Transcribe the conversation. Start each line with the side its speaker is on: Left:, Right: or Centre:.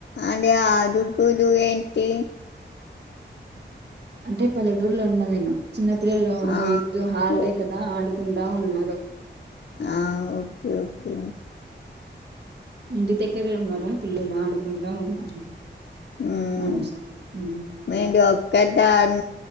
Left: అదే ఆడుగుదు ఏంటి
Right: అంటే పల్లెటూరులో ఉన్నా నేను చిన్నపిల్లలు ఉన్న
Left: ఆ!
Right: ఇటు లో
Left: ఓకే.
Right: హాలిడే కదా ఆడు కుంటా ఉన్నారు
Left: ఆ ఓకే ఓకే
Right: ఇంటి దగ్గరే ఉన్నారా పిల్లలు ఆడుకుంట ఉన్నారు
Left: ఉమ్
Right: ఆడేస్తూ ఉ
Left: మీము ఒక పేదా అం